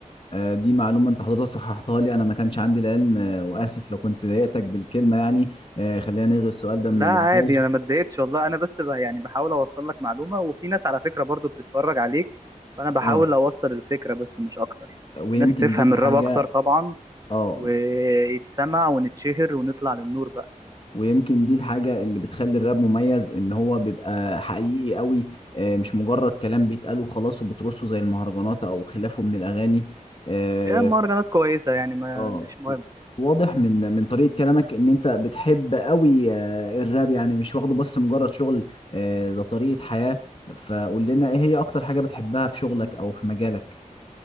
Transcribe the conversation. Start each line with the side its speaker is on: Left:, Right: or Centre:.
Left: آه، دي معلومة انت حضرتك صححتها لي انا ما كانش عندي العلم آه، واسف لو كنت ضايقتك بالكلمة يعني آه، خلينا نلغي السؤال ده من
Right: لا
Left: الانتاج
Right: عادي انا ما اتضايقتش والله انا بس بقى يعني بحاول اوصل لك معلومة وفي ناس على فكرة برضو بتتفرج عليك فانا بحاول
Left: اه
Right: اوصل الفكرة بس مش اكتر يعني
Left: ويمكن
Right: الناس تفهم
Left: دي الحاجة
Right: الراب اكتر طبعا
Left: اه
Right: ويتسمع ونتشهر ونطلع للنور بقى
Left: ويمكن دي الحاجة اللي بتخلي الراب مميز ان هو بيبقى حقيقي قوي آه، مش مجرد كلام بيتقال وخلاص وبترصه زي المهرجانات او خلافه من الاغاني آه،
Right: هي مهرجانات كويسة يعني ما
Left: اه
Right: مش مهم
Left: واضح من من طريقة كلامك ان انت بتحب قوي آه، الراب يعني مش واخده بس مجرد شغل آه، ده طريقة حياة فقول لنا ايه هي اكتر حاجة بتحبها في شغلك او في مجالك